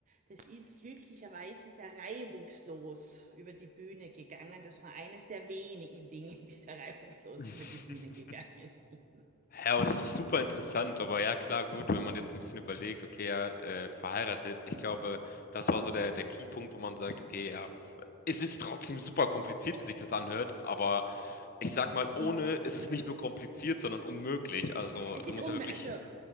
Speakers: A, on the right; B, on the left.
A: Das ist glücklicherweise sehr reibungslos über die Bühne gegangen. Das war eines der wenigen Dinge, die sehr reibungslos
B: <laughs>
A: über die Bühne gegangen sind.
B: Ja, aber das ist super interessant. Aber ja, klar, gut, wenn man jetzt ein bisschen überlegt, okay, ja, äh, verheiratet, ich glaube, das war so der, der Keypunkt, wo man sagt, okay, ja, f- es ist trotzdem super kompliziert, wie sich das anhört, aber
A: I-
B: ich sag mal, ohne
A: Ist es
B: ist
A: ja.
B: es nicht nur kompliziert, sondern unmöglich. Also,
A: Es
B: du
A: ist
B: musst
A: unmöglich,
B: ja wirklich
A: also